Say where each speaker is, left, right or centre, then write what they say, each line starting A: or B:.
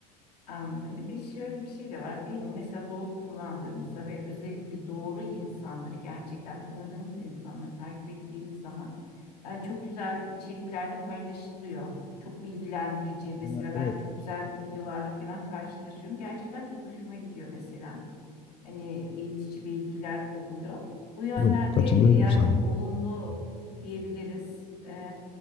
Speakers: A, on the left; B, on the left.
A: Anladım. Bir de şöyle bir şey de var değil mi? Mesela doğru kullandığımızda ve özellikle doğru insanları gerçekten tanıdığımız insanları takip ettiğimiz zaman e, çok güzel içeriklerde paylaşılıyor. Çok bilgilendirici. Mesela
B: Ha, Evet,
A: ben çok güzel videolarla falan karşılaşıyorum. Gerçekten çok hoşuma gidiyor mesela hani eğitici bilgiler oluyor. Bu yönden
B: doğru. Katılıyorum
A: de e, yani
B: sana.
A: olumlu diyebiliriz. Ee,